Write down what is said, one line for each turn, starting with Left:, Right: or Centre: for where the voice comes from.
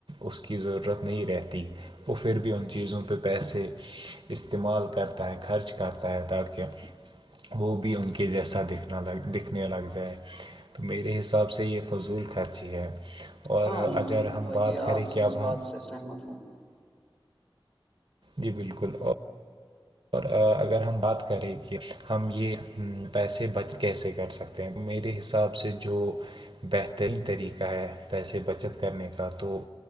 Right: اس کی ضرورت نہیں رہتی وہ پھر بھی ان چیزوں پہ پیسے استعمال کرتا ہے خرچ کرتا ہے تاکہ وہ بھی ان کے جیسا دکھنا لگ دکھنے لگ جائے تو میرے حساب سے سب سے یہ فضول خرچی ہے اور
Left: ہاں
Right: اگر
Left: مجھے
Right: ہم بات
Left: یہ
Right: کریں
Left: آپ سے
Right: کہ
Left: اس
Right: اب
Left: بات
Right: ہم
Left: سے سہمت ہوں
Right: جی بالکل اور اور اگر ہم بات کریں کہ ہم یہ پیسے بچ کیسے کر سکتے میرے حساب سے جو بہترین طریقہ ہے پیسے بچت کرنے کا تو